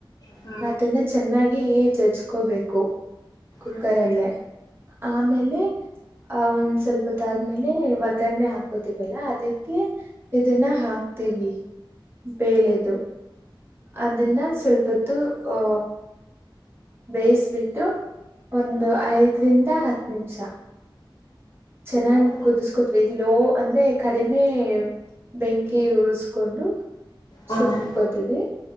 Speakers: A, on the left; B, on the right.
A: ಹಾ
B: ಅದನ್ನ ಚೆನ್ನಾಗಿ ಜಜ್ಕೋಬೇಕು ಕುಕ್ಕರ
A: ಹಾ ಹಾ ಹಾ
B: ಅಲ್ಲೆ ಆಮೇಲೆ ಆ ಒಂದ್ ಸ್ವಲ್ಪ ಗೊತ್ತಾದ್ಮೇಲೆ ಒಗ್ಗರಣೆ ಹಾಕೋತವಲ್ಲ ಅದಕ್ಕೆ ಇದನ್ನ ಹಾಕ್ತೀವಿ ಬೆಲೆದು ಅದನ್ನ ಸ್ವಲ್ಪೊತ್ತು ಹ ಬೇಯಿಸಬಿಟ್ಟು ಒಂದು ಐದರಿಂದ ತ ಹತ್ತು ನಿಮಿಷ ಚೆನ್ನಾಗಿ
A: ಹೌದಾ
B: ಕುದಿಸಕೋತವಿ ಲೋ ಅಂದ್ರೆ ಕಡಿಮೆ ಬೆಂಕಿ ಉರಸಕೋಂಡು
A: ಹಾ
B: ಸುರ್ಕೋತಿದ್ವಿ
A: ಹಾ